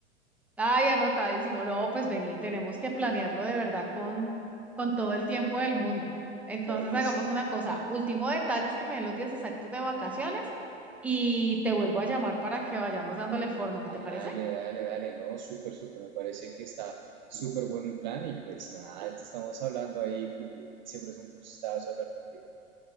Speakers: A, in the centre; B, on the right (about 40°).
A: Ay, anotadísimo. No, pues vení, tenemos que planearlo de verdad con, con todo el tiempo del mundo. Entonces
B: Claro que
A: hagamos
B: sí.
A: una cosa. Último detalle es que me den los días exactos de vacaciones y te vuelvo a llamar para que vayamos dándole forma,
B: Dale,
A: ¿te parece?
B: dale, dale. No, súper, súper. Me parece que está súper bueno el plan y pues nada, te estamos hablando ahí, Juli. Siempre es un gustazo hablar contigo.